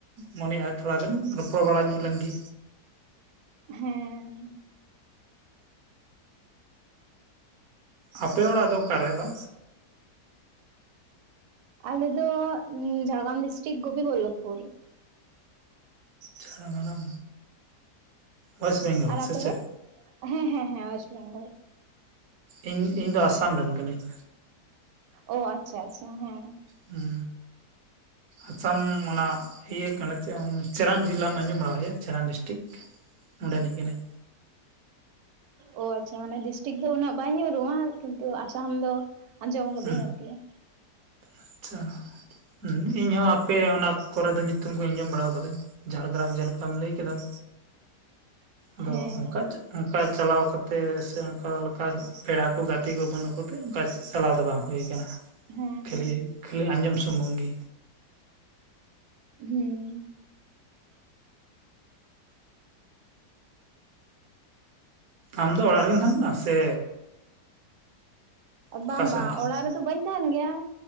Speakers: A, on the right; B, on the right.
A: ᱢᱚᱱᱮᱷᱮᱜᱼᱟ ᱛᱷᱚᱲᱟ ᱜᱟᱱ ᱨᱚᱯᱚᱲ ᱵᱟᱲᱟ ᱧᱚᱜ ᱞᱮᱱᱜᱮ
B: ᱦᱮᱸ
A: ᱟᱯᱮ ᱚᱲᱟᱜ ᱫᱚ ᱚᱠᱟᱨᱮ ᱵᱟ
B: ᱟᱞᱮ ᱫᱚ ᱡᱷᱟᱲᱜᱨᱟᱢ ᱰᱤᱥᱴᱤᱠ ᱜᱯᱤᱵᱚᱞᱞᱚᱵᱯᱩᱨ
A: ᱡᱷᱟᱲᱜᱨᱟᱢ ᱳᱭᱮᱥᱴ ᱵᱮᱝᱜᱚᱞ
B: ᱟᱨ ᱟᱯᱮ
A: ᱥᱮ ᱪᱮᱫ
B: ᱫᱚ ᱦᱮᱸ ᱦᱮᱸ ᱦᱮᱸ ᱳᱭᱮᱥᱴ ᱵᱮᱝᱜᱚᱞ
A: ᱤᱧ ᱤᱧ ᱫᱚ ᱟᱥᱟᱢ ᱨᱮᱱ ᱠᱟᱹᱱᱟᱹᱧ
B: ᱚ ᱟᱪᱪᱷᱟ ᱟᱪᱪᱷᱟ ᱦᱮᱸ
A: ᱦᱩᱸ ᱟᱥᱟᱢ ᱚᱱᱟᱼᱼ ᱤᱭᱟᱹ ᱠᱟᱱᱟ ᱪᱮᱨᱟᱱ ᱡᱮᱞᱟᱢ ᱟᱸᱡᱚᱢ ᱵᱟᱲᱟᱭ ᱟᱠᱟᱫᱟ ᱪᱮᱨᱟᱱ ᱰᱤᱥᱴᱤᱠ ᱚᱸᱰᱮ ᱱᱤᱡ ᱠᱟᱱᱟᱹᱧ
B: ᱚ ᱟᱪᱪᱷᱟ ᱢᱟᱱᱮ ᱰᱤᱥᱴᱤᱠ ᱫᱚ ᱩᱱᱟᱹᱜ ᱵᱟᱭ ᱧᱩᱨᱩᱜᱼᱟ ᱠᱤᱱᱛᱩ ᱟᱥᱟᱢ ᱫᱚ ᱟᱸᱡᱚᱢ ᱠᱟᱹᱫᱟᱹᱧ
A: ᱦᱩᱸ
B: ᱟᱨᱠᱤ <unintelligible>
A: ᱟᱪᱪᱷᱟ ᱦᱩᱸ ᱤᱧ ᱦᱚᱸ ᱟᱯᱮ ᱚᱱᱟ ᱠᱚ ᱨᱮ ᱫᱚ ᱧᱩᱛᱩᱢ ᱠᱚ ᱟᱸᱡᱚᱢ ᱵᱟᱲᱟ ᱟᱠᱟᱫᱟᱹᱧ ᱡᱷᱟᱲᱜᱨᱟᱢ ᱡᱮᱞᱮᱠᱟᱢ ᱞᱟᱹᱭ ᱠᱮᱫᱟᱢ ᱟᱫᱚ
B: ᱦᱮᱸ
A: ᱚᱱᱠᱟᱼᱼ ᱚᱱᱠᱟ ᱪᱟᱞᱟᱣ ᱠᱟᱛᱮ ᱥᱮ ᱚᱱᱠᱟ ᱞᱮᱠᱟ ᱯᱮᱲᱟ ᱠᱚ ᱜᱟᱛᱮ ᱠᱚ ᱵᱟᱹᱱᱩᱜ ᱠᱚᱛᱮ ᱚᱱᱠᱟ ᱪᱟᱞᱟᱣ ᱫᱚ ᱵᱟᱝ ᱦᱩᱭ ᱟᱠᱟᱱᱟ
B: ᱦᱮᱸ
A: ᱠᱷᱟᱹᱞᱤ
B: ᱦᱮᱸ
A: ᱠᱷᱟᱹᱞᱤ ᱟᱸᱡᱚᱢ ᱥᱩᱢᱩᱝ ᱜᱮ
B: ᱦᱩᱸ
A: ᱟᱢ ᱫᱚ ᱚᱲᱟᱜ ᱨᱮᱜᱮᱢ ᱛᱟᱦᱮᱱ ᱠᱟᱱᱟ ᱥᱮᱼᱼ ᱚᱠᱟ
B: ᱵᱟᱝ
A: ᱥᱮᱫ
B: ᱵᱟᱝ
A: ᱮᱢ ᱛᱟᱦᱮᱱ
B: ᱚᱲᱟᱜ
A: ᱠᱟᱱᱟ
B: ᱨᱮ ᱫᱚ ᱵᱟᱹᱧ ᱛᱟᱦᱮᱱ ᱜᱮᱭᱟ